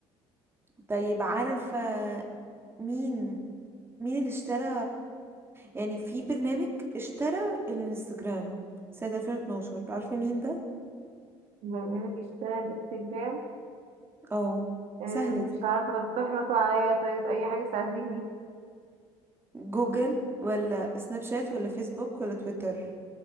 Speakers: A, on the right; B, on the right.
A: طيب عارفة مين مين اللي اشترى يعني في برنامج اشترى الانستجرام سنة 2012 عارفة مين ده
B: برنامج اشترى الانستجرام
A: اه
B: إيه،
A: سهلة
B: مش
A: دي
B: عارفة طب اقترحي مثلا عليا طيب أي حاجة تساعديني
A: جوجل ولا سناب شات ولا فيسبوك ولا تويتر